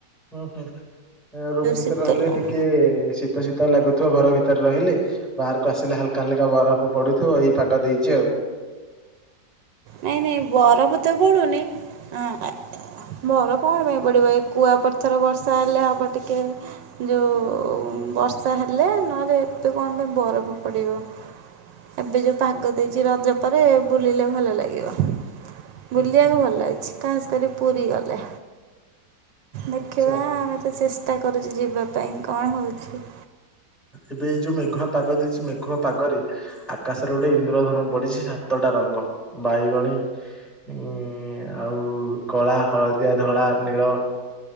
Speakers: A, in the centre; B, on the right.
A: ଉଁ ହୁଁ ରୁମ୍ ଭିତରେ
B: ଶୀତ
A: ରହିଲେ
B: ଲା
A: ଟିକେ ଶୀତ୍ ଶୀତ ଶୀତ ଲାଗୁଥିବ ଘର ଭିତରେ ରହିଲେ ବାହାରକୁ ଆସିଲେ ହାଲକା ହାଲକା ବରଫ ହଁ ପଢୁଥିବ ଏଇ ପାଗ ଦେଇଚି ଆଉ।
B: ନାଇଁ ନାଇଁ ବରଫ ତ ପଡୁନି ହଁ ବରଫ କଣ ପାଇଁ ପଡ଼ିବ ଏ କୁଆପଥର ବର୍ଷା ହେଲେ ହବ ଟିକେ। ଯୋଉ ବର୍ଷା ହେଲେ ନହେଲେ ଏତେ କଣ ପାଇଁ ବରଫ ପଡ଼ିବ। ଏବେ ଯୋଉ ପାଗ ଦେଇଚି ରଜ ପରେ ବୁଲିଲେ ଭଲ ଲାଗିବ। ବୁଲିବାକୁ
A: ଉହୁଁ,
B: ଭଲ ଅଛି ଖାସ୍ କରି ପୁରୀ ଗଲେ। ଦେଖିବା
A: ଆଚ୍ଛା
B: ଆମେ ତ ଚେଷ୍ଟା କରୁଛୁ ଯିବା ପାଇଁ କଣ ହଉଛି।
A: ଏବେ ଏଇ ଯୋଉ ମେଘୁଆ ପାଗ ଦେଇଛି ମେଘୁଆ ପାଗରେ ଆକାଶରେ ଗୋଟେ ଇନ୍ଦ୍ରଧନୁ ପଡିଛି ସାତଟା ରଙ୍ଗ ବାଇଗଣୀ- ଉଁ ଆଉ କଳା, ହଳଦିଆ, ଧଳା, ନୀଳ